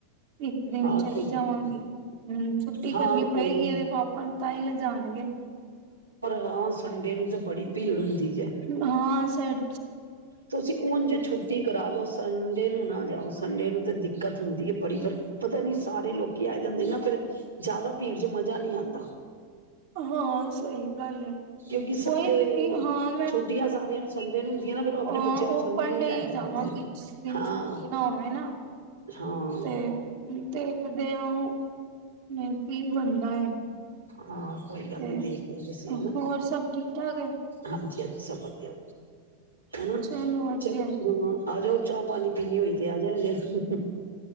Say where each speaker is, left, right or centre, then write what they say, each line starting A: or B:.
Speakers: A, on the right; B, on the right.
A: ਇੱਕ ਦਿਨ
B: ਹਾਂ
A: ਚਲੀ
B: ਕੋਈ ਦਿੱਕਤ
A: ਜਾਵਾਂਗੀ ਹੂ ਛੁੱਟੀ
B: ਹਾਂ
A: ਕਰਨੀ
B: ਕੋਈ
A: ਪਏਗੀ
B: ਨੀ
A: ਇਹ ਤੇ ਪਾਪਾ ਨੂੰ ਤਾਂ ਹੀ ਲਿਜਣਗੇ।
B: ਤਾਂ ਹਾ ਸੰਡੇ ਨੂੰ ਤਾਂ ਬੜੀ ਭੀੜ ਹੁੰਦੀ ਜੇ
A: ਹਾਂ ਸ਼ਹਦ
B: ਤੁਸੀਂ ਉਝ ਛੁੱਟੀ ਕਰਾ ਲਓ ਸੰਡੇ ਨੂੰ ਨਾ ਜਾਓ ਠੰਡੇ ਨੂੰ ਤਾਂ ਦਿੱਕਤ ਹੁੰਦੀ ਹੈ। ਬੜੀ ਵ ਪਤਾ ਨੀ ਸਾਰੇ ਲੋਕੀ ਆਏ ਦੇ ਹੁੰਦੇ ਨਾ ਫਿਰ ਜ਼ਿਆਦਾ ਭੀੜ ਚ ਮਜ਼ਾ ਨਹੀ ਆਉਂਦਾ
A: ਹਾਂ ਸਹੀ ਗੱਲ ਹੈ।
B: ਕਿਉਂਕਿ ਸਦੇ
A: ਕੋਈ ਨੀ ਹਾਂ
B: ਛੁੱਟੀਆਂ ਸਾਰੀਆਂ ਨੂੰ ਸੰਡੇ ਨੂੰ ਹੁੰਦੀਆਂ ਨਾ ਫੇਿਰ ਉਹ ਆਪਣੇ
A: ਅ
B: ਬੱਚਿਆਂ ਨੂੰ
A: ਓਪਨ
B: ਸੰਡੇ ਨੂੰ
A: ਡੇ
B: ਲੈ
A: ਹੀ
B: ਕੇ
A: ਜਾਵਾਂਗੀ
B: ਜਾਂਦੇ ਨੇ
A: ਜਿਸ ਦਿਨ
B: ਹਾਂ
A: ਛੁੱਟੀ ਨਾ ਹੋਵੇ ਨਾ
B: ਹਾਂ
A: ਤੇ ਦੇਖਦੇ ਹਾਂ। ਕੀ ਬਣਦਾ-
B: ਹਾਂ- ਕੋਈ ਗੱਲ
A: ਤੇ
B: ਨੀ ਦੇਖ ਦੇਖਦੇ ਆਂ ਅਸੀਂ ਹਨਾ
A: ਹੋਰ ਸਭ ਠੀਕ ਠਾਕ ਹੈ
B: ਹਾਂਜੀ ਅ ਸਭ ਵਧੀਆ ਹਨਾ
A: ਚਲੋ ਵਧੀਆ
B: ਚਲੋ ਹਾਂ ਆ ਜਾਓ ਚਾਹ ਪਾਣੀ ਪੀਣੀ ਹੋਏ ਤੇ ਆਜੇ ਹਜੇ